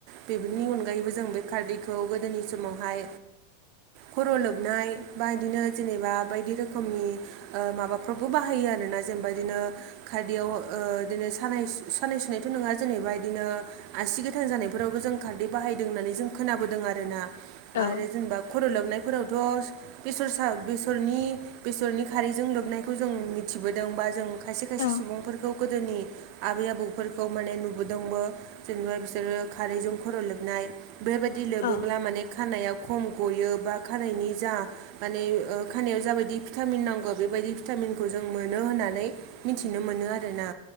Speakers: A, on the right (about 45°); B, on the left (about 55°).
A: बेफोरनि अनगायैबो जों बे खारदैखौ गोदोनि समावहाय खर' लोबनाय बा बिदिनो जेनेबा बायदि रोखोम रोखोमनि माबाफ्रावबो बाहायो आरोना जेनेबा बिदिनो खारदयाव बिदिनो सानाय सानाय सुनायथ' नङा जेनेबा बिदिनो आसि गोथां जानायफोरावबो जों खारदै बाहायदों होननानै जों खोनाबोदों आर ना
B: औ
A: आरो जेनेबा खर' लोबनायफोरावथ' बेसरसा बेसरनि बेसरनि खारैजों लोबनायखौ जों मिथिबोदों बा जों खायसे खायसे
B: औ
A: सुबुंफोरखौ गोदोनि आबै आबौफोरखौ माने नुबोदोंबो जेनेबा बिसोरो खारैजों खर' लोबनाय बेबायदि लोबोब्ला
B: औ
A: माने खानायाइा खम गयो बा खानायाइनि जा माने खानायाव जाबायदि भिटामिन नांगौ बेबायदि भिटामिनखौ जों मोनो होननानै मिथिनो मोनो आरोना